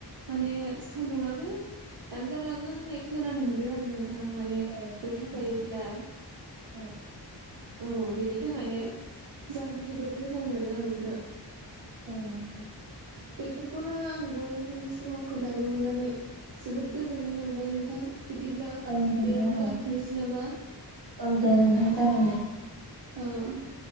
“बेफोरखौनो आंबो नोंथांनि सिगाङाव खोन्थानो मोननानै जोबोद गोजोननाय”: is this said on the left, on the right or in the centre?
Right